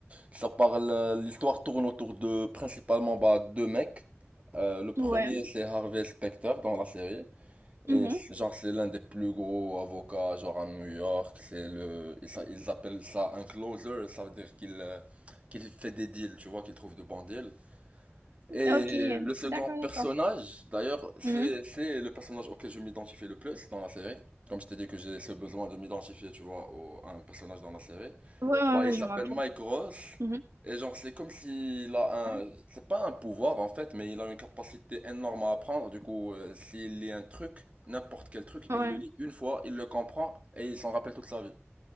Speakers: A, on the right (about 30°); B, on the right (about 70°).
A: ça parle, euh, l'histoire tourne autour de principalement bah, deux mecs. Euh, le premier,
B: ouais.
A: c'est Harvey Specter dans la série. Et
B: Mhm.
A: c'est- genre, c'est l'un des plus gros avocats, genre à New York. C'est le, ils, s'a- ils appellent ça un closer. Ça veut dire qu'il euh, qu'il fait des deals, tu vois, qu'il trouve de bons deals.
B: Ok,
A: Et le second
B: d'accord, d'accord.
A: personnage, d'ailleurs, c'est,
B: Mhm.
A: c'est le personnage auquel je m'identifie le plus dans la série. Comme je t'ai dit que j'ai ce besoin de m'identifier, tu vois, au- à un personnage dans la série.
B: Ouais, ouais,
A: Bah,
B: ouais,
A: il s'appelle
B: je me rappelle.
A: Mike Ross.
B: Mhm.
A: Et genre, c'est comme s'il a
B: Ouais.
A: un... C'est pas un pouvoir, en fait, mais il a une capacité énorme à apprendre. Du coup, euh, s'il lit un truc, n'importe quel truc,
B: Ouais.
A: il le lit une fois, il le comprend, et il s'en rappelle toute sa vie.